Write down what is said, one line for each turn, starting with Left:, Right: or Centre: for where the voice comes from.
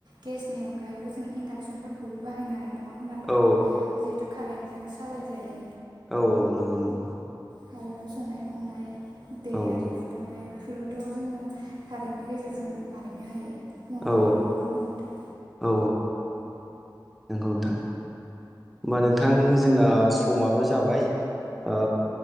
Right: गेसनि अनगायैबो जों इन्डाक्सनफोरखौबो बाहायनो हानाय नङा नङा होमबा नोंथां
Centre: औ
Right: जिहेथु कारेन्टजों सालायजायो
Centre: औ औ नंगौ नंगौ।
Right: कारेन्टआव संनाय खावनाय दै
Centre: औ
Right: आरि फुदुंनाय बेफोरखौथ' जोङो कारेन्टनि गेजेरजों बानायनो हायो। मावनो
Centre: औ
Right: हायो नङा होमबा नोंथां।
Centre: औ नोंगौ नोंथां होमबा नोंथां जोंना समाबो जाबाय ओ